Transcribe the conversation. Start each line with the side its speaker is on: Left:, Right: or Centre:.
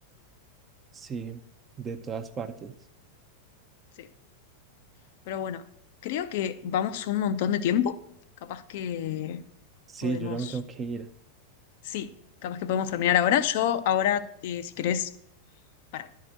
Right: sí, de todas partes.
Left: Sí. Pero bueno, creo que vamos un montón de tiempo. Capaz que
Right: Sí,
Left: podemos.
Right: yo ya me tengo que ir.
Left: Sí, capaz que podemos terminar ahora. Yo ahora, eh, si querés, para.